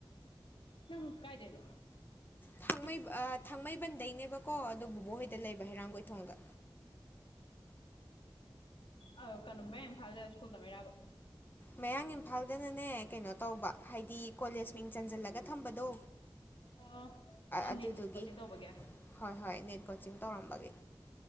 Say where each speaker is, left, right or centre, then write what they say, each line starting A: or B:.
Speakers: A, on the left; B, on the left.
A: ꯅꯪ ꯀꯥꯏꯗꯩꯅꯣ
B: ꯊꯥꯡꯃꯩ ꯊꯥꯡꯃꯩꯕꯟꯗꯩꯅꯦꯕꯀꯣ ꯑꯗꯨꯣ ꯕꯣꯕꯣ ꯍꯣꯏꯗ ꯂꯩꯕ ꯍꯩꯔꯥꯡ ꯀꯣꯏꯊꯣꯡꯗ
A: ꯑ ꯀꯩꯅꯃꯦ ꯐꯜꯗꯦꯕ ꯁ꯭ꯀꯨꯜꯗ ꯃ ꯌꯥꯕ
B: ꯃꯌꯥꯡ ꯏꯝꯐꯥꯜꯗꯅꯅꯦ ꯀꯩꯅꯣ ꯇꯧꯕ ꯍꯥꯏꯗꯤ ꯀꯣꯂꯦꯖ ꯃꯤꯡ ꯆꯟꯁꯤꯜꯂꯒ ꯊꯝꯕꯗꯣ
A: ꯑꯣ ꯑꯣ
B: ꯑꯗꯨꯗꯨꯒꯤ
A: ꯅꯤꯠ ꯀꯣꯆꯤꯡ ꯇꯧꯕꯒꯤ
B: ꯍꯣꯏ ꯍꯣꯏ ꯅꯦꯠ ꯀꯣꯆꯤꯡ ꯇꯧꯔꯝꯕꯒꯤ